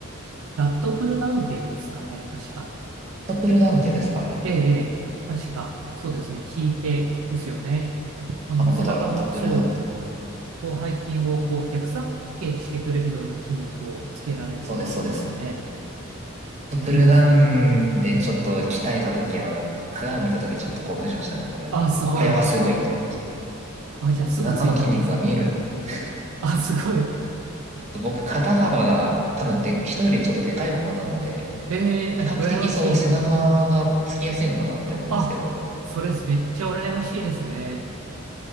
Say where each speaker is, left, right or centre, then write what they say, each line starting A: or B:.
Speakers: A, on the right; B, on the right.
A: ラットプルダウンっていうんですかね、確か。
B: ラットプルダウンって言うんですか、あれ。
A: ええ、ええ、確か。そうですね。引いてですよね。あの、
B: あ、本当だ、
A: 背中の、
B: ラットプルダウンって言うんだ。
A: そう、広背筋をこう逆三角形にしてくれるような筋肉をつけられるっていうんですかね。
B: そうです、そうです。ラットプルダウンでちょっと鍛えた時は、
A: あれいいですよね。
B: 鏡見た時ちょっと興奮しましたね、これは。
A: あ、すごい。
B: これはすごいってなりました。
A: あ、じゃあすぐついたんですね。
B: 背中の筋肉が見えるって。ち
A: あ、すごい。
B: ょっと僕、肩幅が多分で、人よりちょっとでかい方なんで、
A: え
B: 比較的そう、
A: え、羨ましい。
B: 背中がつきやすいのかなって思うんですけど、
A: あ、それめっちゃ羨ましいですね。